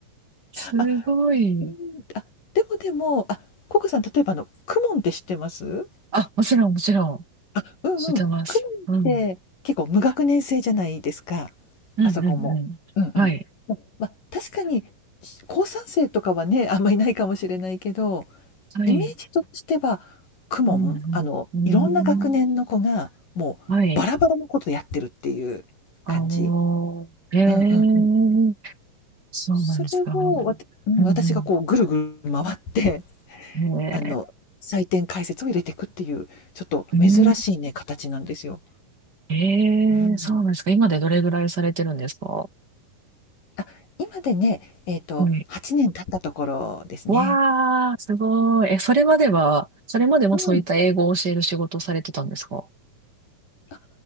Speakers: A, on the right; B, on the left.
A: すごい。
B: あ、うんあでもでもあココさん例えばあのクモンって知ってます
A: あ、もちろん、もちろん。
B: あうんうんクモンって結構無学年制じゃないですか
A: 知ってます。うん。うんうんうん。
B: あそこもうんうんま、
A: はい。
B: ま確かに高3生とかはねあんまいないかもしれないけど
A: はい。
B: イメージとしては、公文、
A: うんうん。
B: あの、
A: うーん。
B: いろんな学年の子が、もうバラバラのことやってるっていう感じ。
A: はい。あー。ええ
B: うんうんうん。
A: そうなんですか。
B: それを、わたうん、
A: うん
B: 私がこうぐるぐる回って、
A: うん。え
B: あの、採点解説を入れていくっていう、ちょっと珍しいね、
A: ー、うん。
B: 形なんですよ。
A: え
B: うん。
A: ー、そうなんですか。今でどれぐらいされてるんですか
B: あ、今でね、えっと、
A: はい。
B: 8年経ったところですね。
A: わー、すごい。え、それまでは、それまでもそういった英語を教える仕事をされてたんですか
B: うん。あ、